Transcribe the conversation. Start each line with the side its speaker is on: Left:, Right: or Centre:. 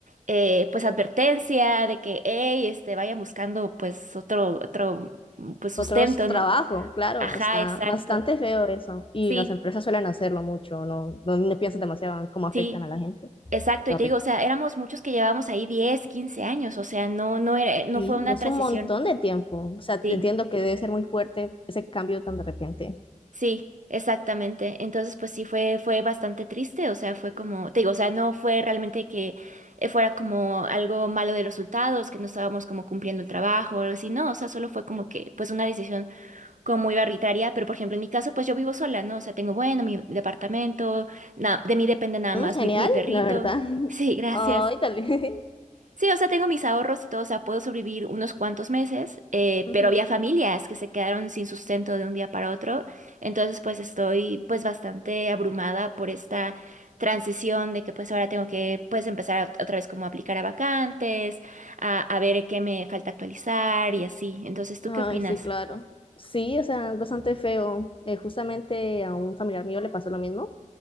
Right: eh, pues, advertencia de que, hey, este, vayan buscando, pues, otro, otro, mm, pues, sustento,
Left: Otros trabajo
Right: ¿no?
Left: claro,
Right: Ajá,
Left: está
Right: exacto.
Left: bastante feo eso. Y
Right: Sí,
Left: las empresas suelen hacerlo mucho, no, no, le piensas demasiado en cómo afectan
Right: sí,
Left: a la gente.
Right: exacto.
Left: Horrible.
Right: Y te digo, o sea, éramos muchos que llevábamos ahí 10 15 años, o sea, no, no era, no
Left: Sí,
Right: fue una
Left: y es
Right: transición.
Left: un montón de tiempo. O sea,
Right: Sí.
Left: te entiendo que debe ser muy fuerte ese cambio tan de repente.
Right: Sí, exactamente. Entonces, pues sí fue, fue bastante triste, o sea, fue como, te digo, o sea, no fue realmente que eh, fuera como algo malo de los resultados, que no estábamos como cumpliendo el trabajo o algo así, no, o sea, solo fue como que, pues una decisión como muy arbitraria, pero por ejemplo, en mi caso, pues yo vivo sola, ¿no? O sea, tengo, bueno, mi departamento, na- de mí depende nada
Left: Mm,
Right: más
Left: genial,
Right: mi, mi perrito.
Left: la verdad.
Right: Sí,
Left: <laughs>
Right: gracias.
Left: Ay, dale.
Right: Sí, o sea, tengo mis ahorros y todo, o sea, puedo sobrevivir unos cuantos meses,
Left: <laughs>
Right: eh,
Left: Ujú.
Right: pero había familias que se quedaron sin sustento de un día para otro, entonces pues estoy pues bastante abrumada por esta transición de que pues ahora tengo que pues empezar a- otra vez como a aplicar a vacantes, a, a ver qué me falta actualizar y así. Entonces, ¿tú
Left: Ay,
Right: qué opinas?
Left: sí, claro. Sí, o sea, es bastante feo. Eh, justamente a un familiar mío le pasó lo mismo